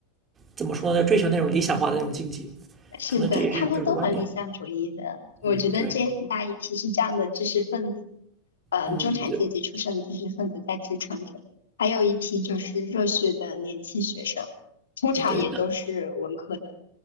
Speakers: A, on the right; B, on the left.
A: 怎么说呢，追求那种理想化的那种境界，
B: 是的，
A: 可能这也是一种政治观点。
B: 他们都很理想主义的。我觉得这很大一批是这样的知识分子，
A: 嗯，对，
B: 呃，
A: 嗯，
B: 中产阶级出身的知识分子在支撑着，
A: 对，
B: 还有一批就是热血的年轻学生，通常也都是文科的。
A: 对，那